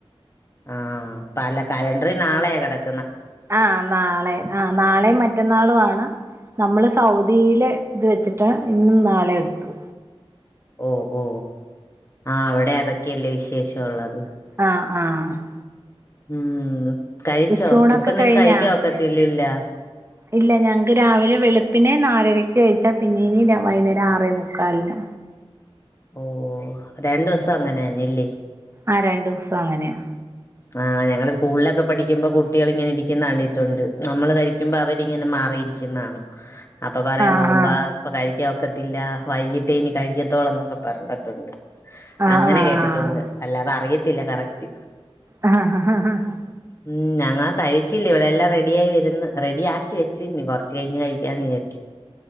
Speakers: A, on the left (about 30°); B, on the right (about 25°).
A: ആഹ പപ്പ അല്ല കലണ്ടറി നാളെയ കിടക്ക
B: ആഹ നാളെ ആഹ നാളെയും മറ്റന്നാളും ആണ് നമ്മള് സൗദിയില് ഇത് വെച്ചിട്ട് ഇന്നും നാളെ എടുത്തു
A: ഓ ഓ ആ അവിടെ അതൊക്കെയല്ലേ വിശേഷംള്ളത്
B: ആഹ ആഹ് <unintelligible>
A: ഉം കഴിച്ചോ
B: ഉച്ചൂണൊക്കെ
A: ഇപ്പ നിങ്ങ
B: കഴിഞ്ഞാ
A: കഴിക്കോക്കത്തില്ലല്ല
B: ഇല്ല ഞങ്ങക്ക് രാവിലെ വെളുപ്പിനെ നാരരക്ക് കഴിച്ചാ പിന്നെ ഇനി വൈകുന്നേരം ആറേ മുുക്കാലിന്
A: ഓ രണ്ട ദിവസം അങ്ങനെയ ഇല്ലി
B: ആ രണ്ട ദിവസം അങ്ങനെയാ
A: ആ് ഞങ്ങള്ൾ സ്കൂളിലൊക്കെ പഠിക്കുമ്പോ കുട്ടികൾ ഇങ്ങനെ ഇരിക്കുന്ന താണ്ടിയിട്ടുണ്ട് നമ്മള് കഴിക്കുമ്പോ അവരിങ്ങനെ അറിയിരിക്കുന്നാണ് അപ്പൊ പറയുംം
B: ആഹ്
A: നോമ്പാ ഇപ്പ കഴിക്കാൻ വക്കത്തില്ല വൈകിട്ടേ ഇനി കഴിക്കത്തോള എന്നൊക്കെ പറഞ്ഞിട്ടുണ്ട്
B: ആഹ്
A: അങ്ങനെ
B: ആഹ്
A: കേട്ടിട്ടുണ്ട് അല്ലാതെ അറിയത്തില്ല കറക്റ്റ്
B: ആഹ് ആഹ് ആഹ്
A: ഉം ഞങ്ങാ കഴ <unintelligible> ചില്ല ഇവിടെ എല്ലാം റെഡിയായി വന്ന് റെഡി ആാക്കി വെച്ച്ു ഇനി കൊറച്ച് കഴിഞ്ഞ് കഴിക്കാന്ന് വിചാരിച്ചു